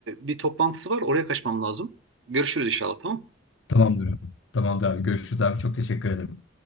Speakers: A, on the right; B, on the left.
A: bir toplantısı var. Oraya kaçmam lazım. Görüşürüz inşallah tamam. mı?
B: Tamamdır abi. Tamamdır abi. Görüşürüz abi. Çok teşekkür ederim.